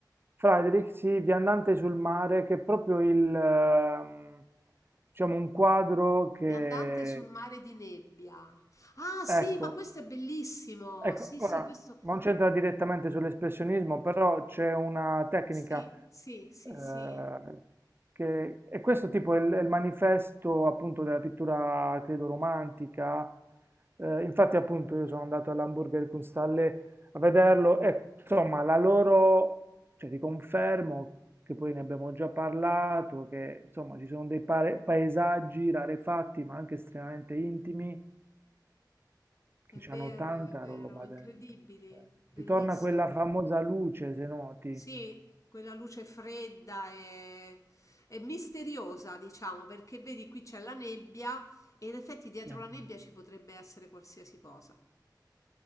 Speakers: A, on the right; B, on the left.
A: Friedrich, sì, viandante sul mare, che è proprio il, ehm, diciamo, un quadro che,
B: Viandante sul mare di nebbia. Ah, sì,
A: ecco,
B: ma questo è bellissimo.
A: ecco,
B: Sì,
A: ora
B: sì, questo.
A: non c'entra direttamente sull'espressionismo, però c'è una tecnica
B: Sì, sì, sì,
A: eh,
B: sì.
A: che, e questo tipo è il, è il manifesto appunto della pittura, credo, romantica. Eh, infatti, appunto, io sono andato all'Hamburger Kunsthalle a vederlo e insomma, la loro, cioè ti confermo che poi ne abbiamo già parlato, che insomma ci sono dei pare- paesaggi rarefatti ma anche estremamente intimi Che
B: È
A: c'hanno
B: vero,
A: tanta
B: è vero,
A: roba
B: incredibili,
A: dentro. eh.
B: bellissimo.
A: Ritorna quella famosa luce, se noti.
B: Sì, quella luce fredda e, e misteriosa, diciamo, perché vedi qui c'è la nebbia e in effetti dietro
A: Sì.
B: la nebbia ci potrebbe essere qualsiasi cosa.